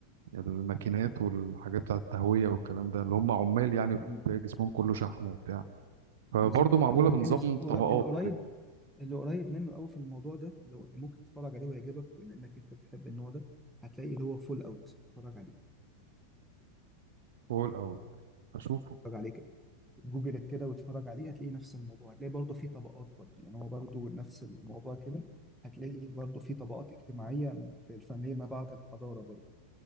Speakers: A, on the right; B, in the centre.
A: الماكينات والحاجات بتاعت التهوية والكلام ده اللي هم عمال يعني
B: مم،
A: بتلاقي جسمهم كله شحم وبتاع فبرضه
B: بالظبط
A: معمولة
B: هو ال-
A: بنظام
B: اللي ز- قر-
A: طبقات
B: اللي قريب
A: كده
B: اللي قريب منه قوي في الموضوع ده لو ممكن تتفرج عليه ويعجبك بما انك انت بتحب النوع ده هتلاقي اللي هو فول اوت اتفرج عليه
A: فوق الأول أشوفه
B: اتفرج عليه جوجلت كده واتفرج عليه هتلاقي نفس الموضوع هتلاقي برضه في طبقات برضه يعني هو برضه نفس الموضوع كده هتلاقي برضه في طبقات اجتماعية في الفنية ما بعد الحضارة برضه